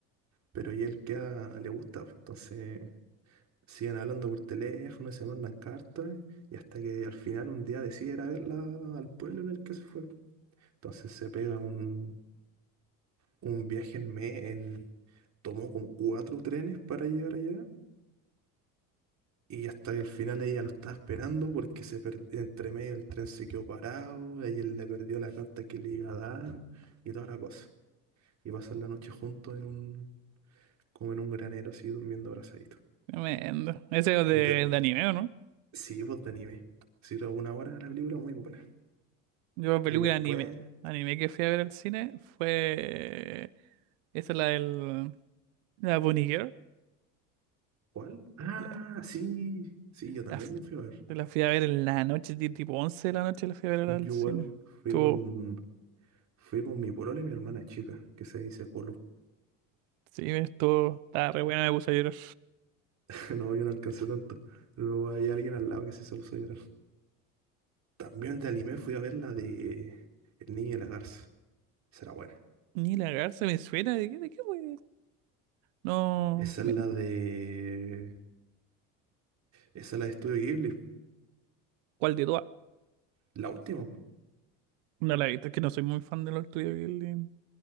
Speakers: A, on the right; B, on the right.
A: Pero y él queda, le gusta, pues, entonces siguen hablando por teléfono y se mandan cartas y hasta que al final un día decide ir a verla al pueblo en el que se fue. Entonces se pega un, un viaje en me en, tomó como cuatro trenes para llegar allá y hasta que al final ella lo estaba esperando porque se per- entre medio el tren se quedó parado, ella le perdió la carta que le iba a dar y toda la cosa. Y pasan la noche juntos en un, como en un granero así durmiendo abrazaditos.
B: Tremendo. Ese es
A: De,
B: de, de anime, ¿o no?
A: sí, pues de anime. Si alguna hora la película muy buena.
B: Yo, película
A: Y después,
B: de anime. Anime que fui a ver al cine fue. Esa es la del. La Bunny Girl.
A: ¿cuál? Ah,
B: La,
A: sí, sí, yo también
B: la fu-
A: la fui a ver.
B: la fui a ver en la noche, ti- tipo 11 de la noche, la fui a ver
A: Yo
B: al cine.
A: igual fui
B: Estuvo.
A: con, fui con mi polola y mi hermana chica, que se dice Colo.
B: Sí, estuvo. Estaba re buena, me puse a llorar.
A: <laughs> No, yo no alcancé tanto. Luego hay alguien al lado que sí se puso a llorar. También de anime fui a ver la de El Niño y la Garza. Esa era buena.
B: Ni la garza me suena. ¿De qué, de qué, fue No,
A: Esa
B: me-
A: es la de... Esa es la de Estudio Ghibli.
B: ¿cuál de todas?
A: La última.
B: No la he visto, es que no soy muy fan de los tuyos. el, eh,